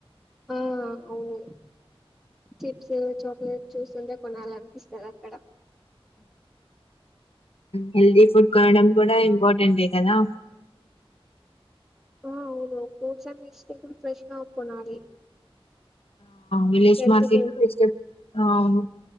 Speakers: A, in the centre; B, on the left.
A: ఆ అవును చిప్స్ చాక్లెట్ చూస్ ఉంటే కొనాల అనిపిస్తంది అక్కడ
B: హెల్దీ ఫుడ్ కొనడం కూడా ఇంపార్టెంటే కదా
A: ఆ అవును ఫ్రూట్స్ అండ్ వెజిటేబుల్ ఫ్రెష్గా కొనాలి
B: విలేజ్
A: హెల్త్
B: మార్కట్
A: కి
B: లోవేజీటేబుల్